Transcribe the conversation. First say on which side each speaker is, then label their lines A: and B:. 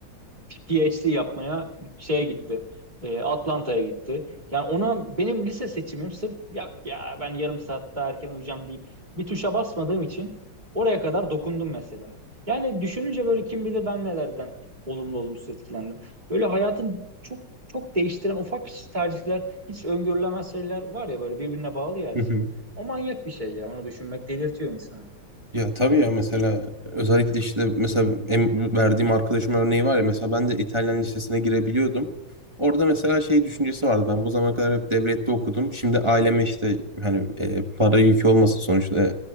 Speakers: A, on the right (about 20°); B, on the right (about 35°).
A: PhD yapmaya şeye gitti. e, Atlanta'ya gitti. Yani ona benim lise seçimim sırf ya ya ben yarım saat daha erken uyuyacağım deyip bir tuşa basmadığım için oraya kadar dokundum mesela. Yani düşününce böyle kim bilir ben nelerden olumlu olumsuz etkilendim. Böyle hayatın çok çok değiştiren ufak tercihler, hiç öngörülemez şeyler var ya böyle birbirine bağlı ya her
B: Hı
A: şey.
B: hı.
A: O manyak bir şey ya onu düşünmek delirtiyor insanı.
B: Ya tabii ya mesela özellikle işte mesela em- verdiğim arkadaşım örneği var ya mesela ben de İtalyan lisesine girebiliyordum. Orada mesela şey düşüncesi vardı ben bu zamana kadar hep devlette okudum. Şimdi aileme işte hani e, para yükü olmasın sonuçta e,